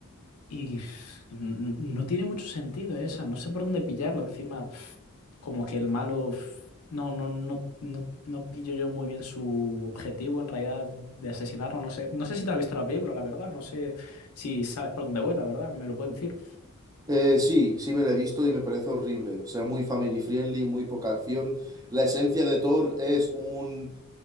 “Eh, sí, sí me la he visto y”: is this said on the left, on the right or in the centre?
Right